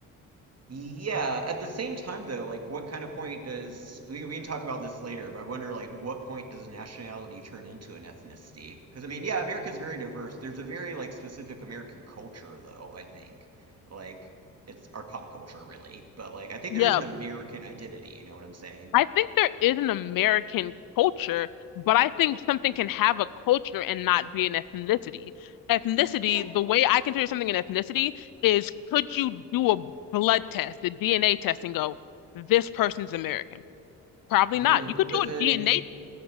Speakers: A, on the right (about 40°); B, on the left (about 60°).
A: Yeah. At the same time though, like what kind of point does we we can talk about this later, but I wonder like what point does a nationality turn into an ethnicity? Because I mean, yeah, America's very diverse. There's a very like specific American culture though, I think. Like it's our pop culture really, but like I think
B: Yeah,
A: there is an American identity, you know what I'm saying?
B: I think there is an American culture, but I think something can have a culture and not be an ethnicity. Ethnicity,
A: Yeah.
B: the way I consider something an ethnicity is could you do a blood test, a DNA test, and go, this person's American. Probably
A: hmm
B: not. You could do
A: But
B: a
A: then
B: DNA,